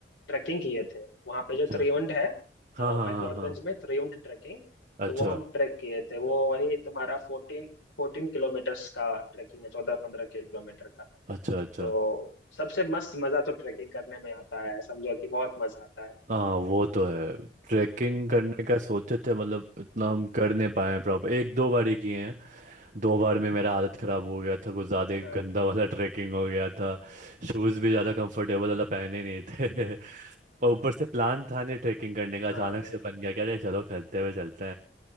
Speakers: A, on the left; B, on the right.
A: ट्रैकिंग किए थे वहां पे
B: अच्छा
A: जो त्रियुंड है
B: हाँ
A: अ,
B: हाँ
A: मैक्लोडगंज
B: हाँ हाँ
A: में त्रियुंड ट्रैकिंग
B: अच्छा
A: तो वो हम ट्रैक किए थे वो वही तुम्हारा फोर्टीन फोर्टीन किलोमीटर्स का ट्रैकिंग है चौदह पंद्रह किलोमीटर का
B: अच्छा अच्छा
A: तो सबसे मस्त मजा तो ट्रैकिंग करने में आता है समझो कि बहुत मजा आता है
B: हाँ वो तो है ट्रैकिंग करने
A: है ना?
B: का सोचे थे मतलब इतना हम कर नहीं पाए हैं प्रॉपर एक दो बार ही किए हैं दो बार में मेरा हालत ख़राब हो गया था कुछ ज़्यादा ही
A: हाँ
B: गंदा वाला ट्रैकिंग हो गया था शूज़ भी ज़्यादा कंफर्टेबल वाला पहने नहीं थे <laughs> और ऊपर से प्लान था नहीं ट्रैकिंग करने का अचानक
A: हाँ
B: से बन गया कह रहे चलो खरीदते हुए चलते